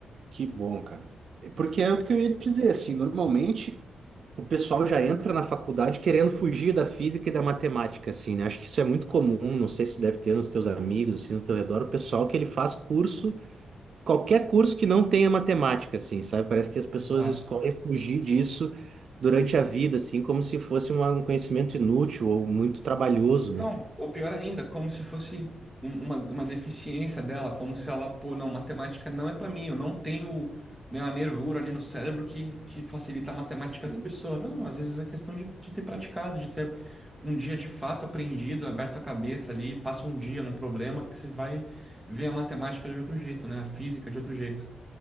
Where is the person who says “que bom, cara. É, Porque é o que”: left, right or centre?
Right